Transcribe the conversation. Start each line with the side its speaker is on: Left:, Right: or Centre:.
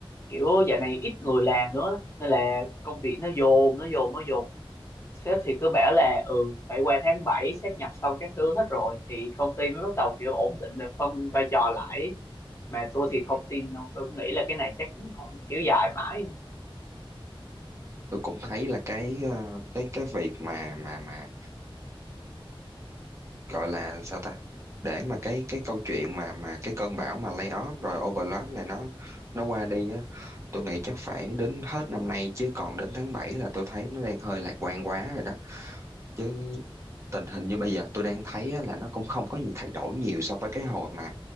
Left: kiểu dạo này ít người làm nữa nên là công việc nó dồn nó dồn nó dồn sếp thì cứ bảo là ừ phải qua tháng 7 sáp nhập xong các thứ hết rồi thì công ty mới bắt đầu kiểu ổn định và phân vai trò lại mà tôi
Right: Ừ.
Left: thì không tin đâu tôi nghĩ là cái này chắc nó còn kéo dài mãi
Right: tôi cũng thấy là cái ờ, cái cái việc mà mà mà gọi là sao ta để mà cái cái câu chuyện mà mà cái cơn bão mà layoff rồi overload này nó nó qua đi á tôi nghĩ chắc phải đến hết năm nay chứ còn đến tháng 7 là tôi thấy nó đang hơi lạc quan quá rồi đó chứ tình hình như bây giờ tôi đang thấy á, là nó cũng không có gì thay đổi nhiều so với cái hồi mà